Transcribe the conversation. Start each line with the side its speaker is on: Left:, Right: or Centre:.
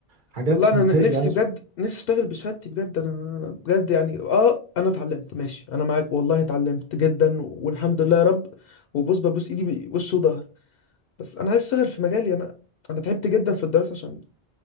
Right: حاجات
Left: والله انا
Right: من
Left: ن-
Right: سيء
Left: نفسي
Right: لأسوأ
Left: بجد نفسي اشتغل بشهادتي بجد انا انا بجد يعني اه انا اتعلمت ماشي انا معاك والله اتعلمت جدا والحمد لله يا رب وبص ببوس ايدي بوش وظهر بس انا عايز اشتغل في مجالي انا انا تعبت جدا في الدراسه عشان